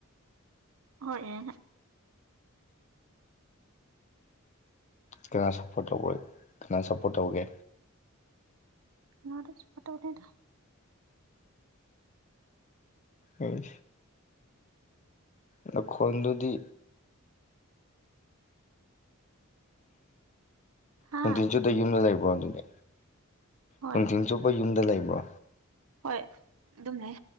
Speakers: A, on the right; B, on the left.
A: ꯍꯣꯏ ꯌꯦ
B: ꯀꯅꯥ ꯁꯞꯄꯣꯔꯠ ꯇꯧ ꯀꯅꯥ ꯁꯞꯄꯣꯔꯠ ꯇꯧꯒꯦ
A: ꯇꯤꯅꯗ ꯁꯞꯄꯣꯔꯠ ꯇꯧꯗꯦꯗ꯫
B: ꯑ ꯅꯈꯣꯟꯗꯨꯗꯤ꯫
A: ꯍꯥ
B: ꯅꯨꯡꯊꯤꯟ ꯖꯨ ꯌꯨꯝꯗ ꯂꯩꯕ꯭ꯔꯣ ꯑꯗꯨꯗꯤ
A: ꯍꯣꯏ
B: ꯅꯨꯡꯊꯤꯟ ꯆꯨꯞꯄ ꯌꯨꯝꯗ ꯂꯩꯕ꯭ꯔꯣ
A: ꯍꯣꯏ ꯑꯗꯨꯝ ꯂꯩ